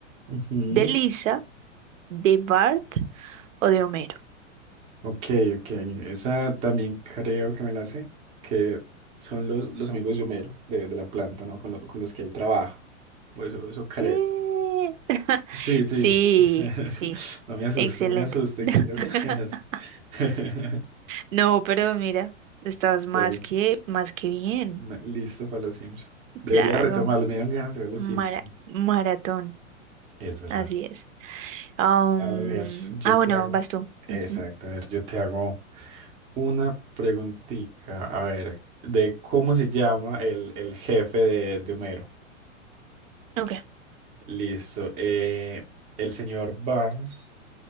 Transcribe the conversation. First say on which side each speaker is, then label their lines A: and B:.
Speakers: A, on the right; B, on the right.
A: ujú,
B: ¿De Lisa? ¿De Bart o de Homero?
A: ok, ok. Esa también creo que me la sé, que son los, los amigos de Homero, de, de la planta, ¿no? Con, lo- con los que él trabaja, o eso, eso creo.
B: Sí, <laughs>
A: Sí, sí.
B: sí,
A: <laughs>
B: sí,
A: No me asuste,
B: excelente.
A: no me asuste,
B: <laughs>
A: que creo que <laughs> me la sé. <laughs>
B: No, pero mira, estás más
A: Está bien.
B: que, más que bien,
A: Ma- Listo para los Simpsons. Debería
B: claro,
A: retomarlo. Me dieron ganas de ver los
B: mara-
A: Simpsons.
B: maratón,
A: Es verdad.
B: así es. Am,
A: A ver, yo
B: ah,
A: te
B: bueno,
A: hago.
B: vas tú.
A: Exacto,
B: Ujú,
A: a ver, yo te hago una preguntita. A ver, de cómo se llama el, el jefe de, de Homero.
B: Ok,
A: Listo. eh, el señor Barnes,